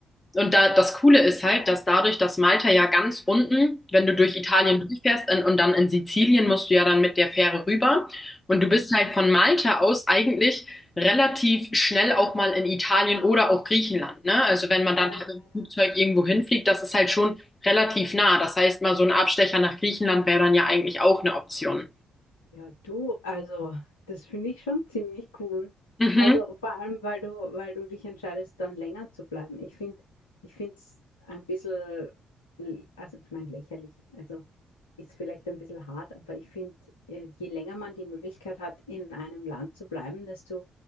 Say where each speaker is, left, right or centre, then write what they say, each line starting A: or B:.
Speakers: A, on the left; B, on the left.
A: und da, das Coole ist halt, dass dadurch, dass Malta ja ganz unten, wenn du durch Italien
B: ja,
A: durchfährst in, und dann in Sizilien musst du ja dann mit der Fähre rüber. Und
B: ja,
A: du bist halt von Malta aus eigentlich relativ schnell auch mal in Italien oder auch Griechenland, ne? Also wenn man
B: ja,
A: dann halt
B: ja,
A: im Flugzeug
B: ja.
A: irgendwo hinfliegt, das ist halt schon relativ nah. Das heißt, mal so ein Abstecher nach Griechenland wäre dann ja eigentlich auch eine Option.
B: Ja, du, also das finde ich schon ziemlich cool.
A: Mhm.
B: Also vor allem, weil du, weil du dich entscheidest, dann länger zu bleiben. Ich finde, ich finde es ein bisschen, l- also ich meine lächerlich, also ist vielleicht ein bisschen hart, aber ich finde, äh, je länger man die Möglichkeit hat, in einem Land zu bleiben, desto,